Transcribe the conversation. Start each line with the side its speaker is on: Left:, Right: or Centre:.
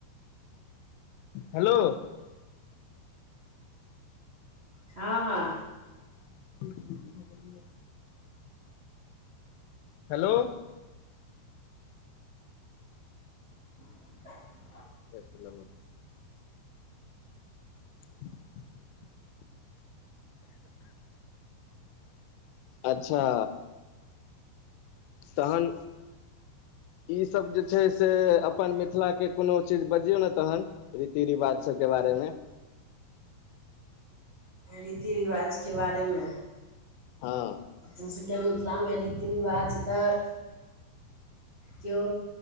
Left: हेलो।
Right: हँ
Left: ज बिलिये हेलो।
Right: <inaudible>
Left: असल <inaudible> अच्छा। तखन। ई सभ जे छै से अपन मिथिला के कोनो चीज बजियौ ने तहन रीति रिवाज सभके बारे मे
Right: रीति रिवाज के बारेमे
Left: हँ।
Right: हम सभके मिथिला मे रीति रिवाज तऽ केओ